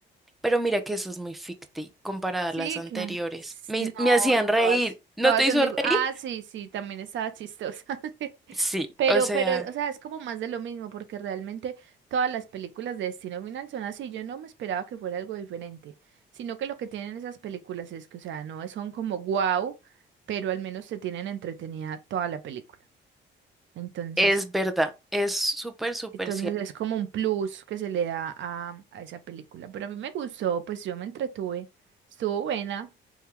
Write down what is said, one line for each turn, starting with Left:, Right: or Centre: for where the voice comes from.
Centre: Pero mira que esa es muy ficti comparada
Right: Sí,
Centre: a las anteriores.
Right: claro. S-
Centre: Me, hi-
Right: No,
Centre: me hacían reír.
Right: todas,
Centre: ¿No
Right: todas
Centre: te
Right: son
Centre: hizo
Right: digo,
Centre: reír?
Right: ah, sí, sí, también estaba chistosa. <laughs>
Centre: Sí,
Right: Pero,
Centre: o sea,
Right: pero, o sea, es como más de lo mismo, porque realmente todas las películas de Destino Final son así. Yo no me esperaba que fuera algo diferente, sino que lo que tienen esas películas es que, o sea, no son como wow, pero al menos te tienen entretenida toda la película. Entonces,
Centre: es verdad. Es súper, súper
Right: Entonces
Centre: cierto.
Right: es como un plus que se le da a, a esa película. Pero a mí me gustó, pues yo me entretuve. Estuvo buena,